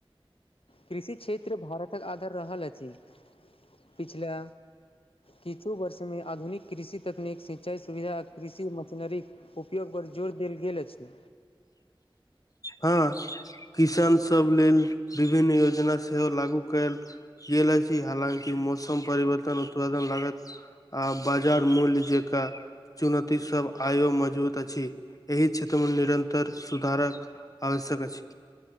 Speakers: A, on the left; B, on the left.
A: कृषि क्षेत्र भारतक आधार रहल अछि पिछला किछु वर्ष मे आधुनिक कृषि तकनीक सिंचाइ सुविधा आ कृषि मशीनरी उपयोग बड़ जोर देल गेल अछि
B: हँ किसान सब लेल विभिन्न योजना सेहो लागू कयल गेल अछि हालकि मौसम परिवर्तन उत्पादन लागत आ बाजार मूल्य जेका चुनौती सब आयो मजबूत अछि एहि क्षेत्र मे निरन्तर सुधारक आवश्यक अछि